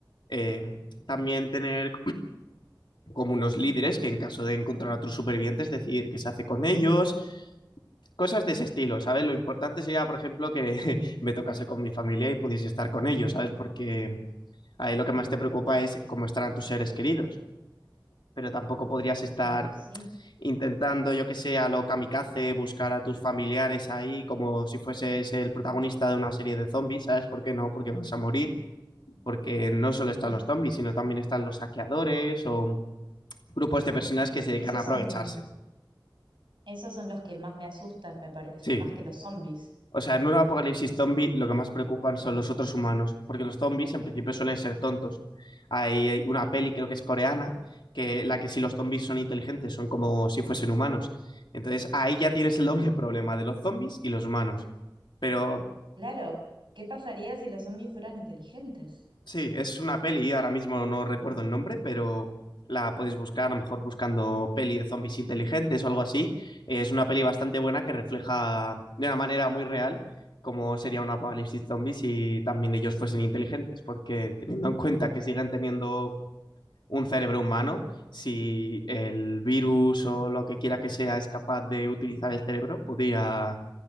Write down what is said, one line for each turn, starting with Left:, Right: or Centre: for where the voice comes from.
Left: eh, también tener <clears throat> como unos líderes que en caso de encontrar otros supervivientes, decidir qué se hace con ellos. Cosas de ese estilo, ¿sabes? Lo importante sería, por ejemplo, que <laughs> me tocase con mi familia y pudiese estar con ellos, ¿sabes? Porque ahí lo que más te preocupa es cómo estarán tus seres queridos pero tampoco podrías estar
Right: Ay, sí.
Left: intentando, yo que sé, a lo kamikaze, buscar a tus familiares ahí como si fueses el protagonista de una serie de zombies, ¿sabes por qué no? Porque vas a morir, porque no solo están
Right: <laughs>
Left: los zombies, sino también están los saqueadores o grupos de personas que se dedican
Right: Esos
Left: a aprovecharse.
Right: son, esos son los que más me asustan, me parece,
Left: Sí,
Right: más que los zombies.
Left: O sea, en un apocalipsis zombie lo que más preocupan son los otros humanos, porque los zombies en principio suelen ser tontos. Hay hay una peli, creo que es coreana, que la que si los zombies son inteligentes, son como si fuesen humanos. Entonces ahí ya tienes el doble problema de los zombies y los humanos. Pero
Right: Claro, ¿qué pasaría si los zombies fueran inteligentes?
Left: Sí, es una peli, ahora mismo no recuerdo el nombre, pero la puedes buscar, a lo mejor buscando peli de zombies inteligentes o algo así. Es una peli bastante buena que refleja de una manera muy real cómo sería un apocalipsis zombies si también ellos fuesen inteligentes, porque teniendo en cuenta que siguen teniendo un cerebro humano, si el virus o lo que quiera que sea es capaz de utilizar el cerebro, podría